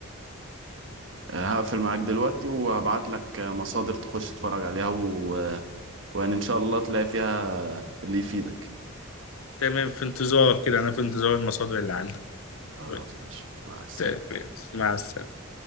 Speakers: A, on the right; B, on the left.
A: آه، هقفل معاك دلوقتي وهبعت لك مصادر تخش تتفرج عليها و... ويعني ان شاء الله تلاقي فيها اللي يفيدك
B: تمام في انتظارك كده انا في انتظار المصادر اللي عندك
A: خلاص
B: طيب،
A: ماشي مع السلامة
B: ت- مع السلامه